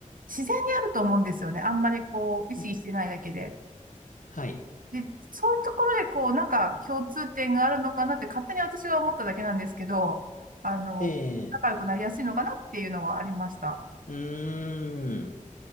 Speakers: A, on the right; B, on the left.
A: 自然にあると思うんですよね。あんまりこう、意識してないだけで。
B: うんはい。
A: で、そういうところでこう、なんか共通点があるのかなって勝手に私が思っただけなんですけど、あの、
B: ええ、
A: 仲良くなりやすいのかなっていうのはありました。
B: うーん。